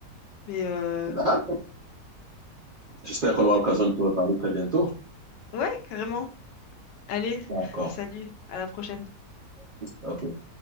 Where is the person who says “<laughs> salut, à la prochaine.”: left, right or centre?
Left